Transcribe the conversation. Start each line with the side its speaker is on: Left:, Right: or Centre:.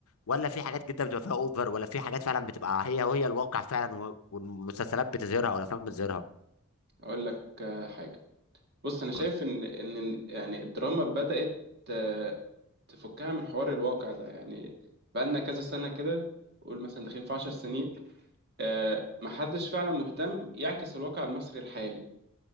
Left: ولا في حاجات كده بتبقى فيها اوفر ولا في حاجات فعلا بتبقى هي وهي الواقع فعلا و- والمسلسلات بتظهرها او الافلام بتظهرها
Right: اقول لك آه، حاجه بص انا شايف
Left: قول
Right: ان ان إن يعني الدراما بدات آه، تفكها من حوار الواقع ده يعني بقالنا كذا سنه كده قول مثلا داخلين في 10 سنين آه، محدش فعلا مهتم يعكس الواقع المصري الحالي